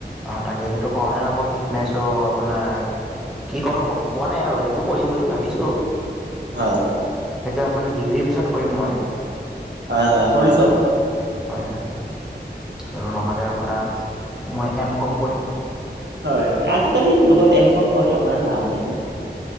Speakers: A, in the centre; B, on the right.
A: অ', তাকে সেইটো পাওঁ নে নাপাওঁ ঠিক নাই চ' আপোনাৰ কি কৰো গম পোৱা নাই আৰু সেইটো কৰিম বুলি ভাবিছো।
B: হয়।
A: এতিয়া আপুনি ডিগ্ৰীৰ পিছত কৰিম মই।
B: হয়-হয়, কৰি চাওক।
A: হয়-হয়, আৰু নহ'লে আপোনাৰ, মই এম কম কৰিম।
B: হয়, আজিকালি যুগত এম কম কৰি আপোনাৰ লাভ নাই।